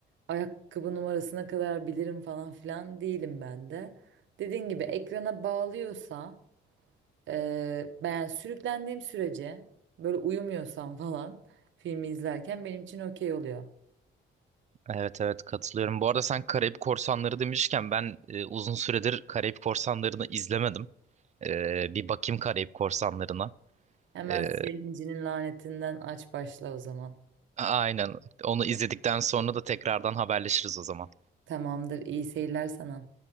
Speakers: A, on the right (about 70°); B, on the right (about 35°).
A: ayakkabı numarasına kadar bilirim falan filan değilim ben de. Dediğin gibi ekrana bağlıyorsa e, ben yani sürüklendiğim sürece böyle uyumuyorsam falan filmi izlerken benim için okey oluyor.
B: Evet evet katılıyorum. Bu arada sen Karayip Korsanları demişken ben e, uzun süredir Karayip Korsanları'nı izlemedim. Ee, bir bakayım Karayip Korsanları'na.
A: Hemen
B: E,
A: Siyah İnci'nin lanetinden aç başla o zaman.
B: Aynen. Onu izledikten sonra da tekrardan haberleşiriz o zaman.
A: Tamamdır, iyi seyirler sana.